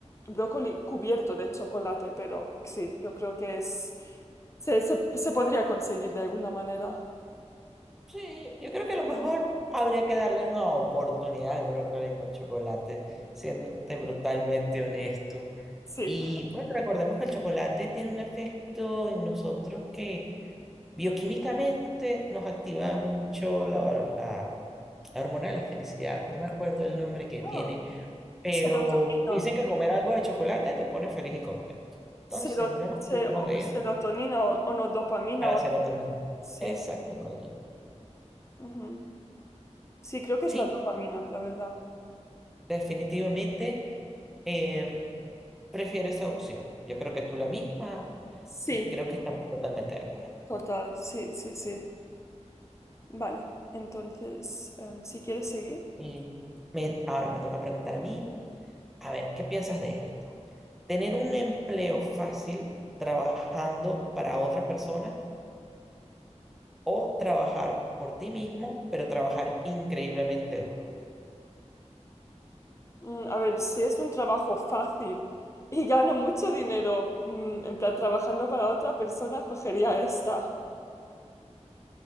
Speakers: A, on the left; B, in the centre.
A: brócoli cubierto de chocolate, pero sí, yo creo que es... Se, se- se podría conseguir de alguna manera.
B: Sí, yo, yo creo que a lo mejor habría que darle una oportunidad al brócoli con chocolate, siéndote brutalmente honesto.
A: Sí.
B: Y bueno, recordemos que el chocolate tiene un efecto en nosotros que Bioquímicamente nos activa mucho la, la hormona de la felicidad. No me acuerdo el nombre que
A: Oh,
B: tiene, pero
A: Serotonina.
B: dicen que comer algo de chocolate te pone feliz y contento. Entonces,
A: Sero-
B: no nos
A: se-
B: olvidemos
A: o-
B: de
A: serotonina
B: eso
A: o, o no dopamina
B: para
A: o
B: la
A: algo.
B: serotonina.
A: Sí.
B: Exacto, Proye.
A: Ujú. Sí, creo que es
B: Sí,
A: la dopamina, la verdad.
B: definitivamente eh, prefiero esa opción. Yo creo que tú la misma
A: Sí,
B: y creo que estamos totalmente de acuerdo.
A: total. Sí, sí, sí. Vale. Entonces, em, si quieres seguir.
B: Y me- ahora me toca preguntar a mí, a ver, ¿qué piensas de esto? tener un empleo fácil trabajando para otra persona o trabajar por ti mismo, pero trabajar increíblemente duro.
A: Mm, a ver, si es un trabajo fácil y gano mucho dinero, mm, en plan trabajando para otra persona, cogería esta.